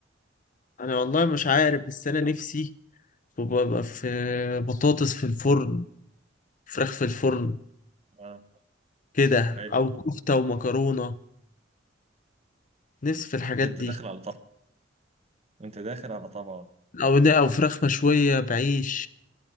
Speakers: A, on the left (about 40°); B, on the right (about 35°).
A: انا والله مش عارف بس انا نفسي ببقى في بطاطس في الفرن فراخ في الفرن
B: آه.
A: كده
B: حلو
A: او كفته ومكرونه نفسي في الحاجات
B: ده انت
A: دي
B: داخل على طمع انت داخل على طمع
A: او او فراخ مشويه بعيش